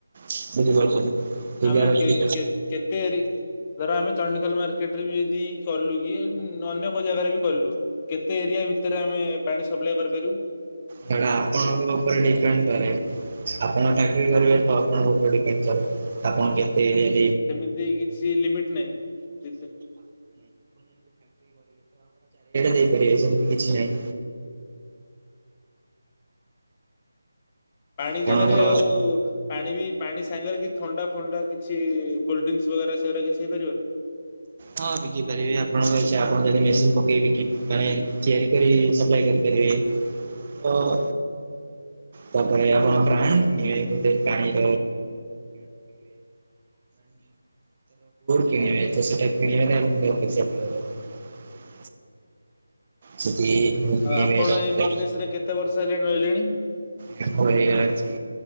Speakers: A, on the right; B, on the left.
A: ବୁଝିପାରୁଛନ୍ତି। ପିଲା
B: ଆମେ
A: ରଖିବେ
B: କେ କେ କେତେ <unintelligible> ଧର ଆମେ। ଚଣ୍ଡିଖୋଲ ମାର୍କେଟରେ ବି ଯଦି କଲୁ କି ଅନ୍ୟ କୋଉ ଜାଗାରେ ବି କଲୁ କେତେ ଏରିଆ ଭିତରେ ଆମେ। ମେ ପାଣି ସପ୍ଲାଏ କରିପାରିବୁ?
A: ସେଟା ଆପଣଙ୍କ ଉପରେ ଡିପେଣ୍ଡ କରେ ଆପଣ ଚାକିରି କରିବେ ତ। ତା ଉପରେ ଡିପେଣ୍ଡ କରେ ଆପଣ କେତେ? <unintelligible> ଆପଣ ଚାରିଆଡେ
B: ସେମିତି କିଛି ଲିମିଟ ନାହିଁ।
A: ଦେଇପାରିବେ ସେମିତି କିଛି ନାହିଁ।
B: ପାଣି
A: ଆପଣଙ୍କର
B: ଜାଗାରେ ଆଉ ପାଣି ବି। ପାଣି ସାଙ୍ଗରେ କିଛି ଥଣ୍ଡା ଫଣ୍ଡା କିଛି କୋଲ୍ଡ ଡ୍ରିଙ୍କସ ବଗେରା ସେଗୁଡ଼ା କିଛି ହେଇପାରିବନି।
A: ହଁ ବିକି ପାରିବି ଆପଣଙ୍କ ସେ ଆପଣ ମାନେ ମେସିନ୍ ପକେଇ ବିକି ମାନେ ତିଆରି କରି ସପ୍ଲାଏ କରିପାରିବେ। ହଁ। ତାପରେ ଆପଣ ବ୍ରାଣ୍ଡ। <unintelligible> ପାଣି <unintelligible> କିଣିବେ ସେଟା <unintelligible> ସେଠି କିଣିବେ
B: ଆ ଆପଣ
A: ତାପରେ
B: ଏଇ ବିଜନେସ ରେ କେତେ ବର୍ଷ ହେଲାଣି ରହିଲେଣି।
A: ଦି'ବର୍ଷ <unintelligible>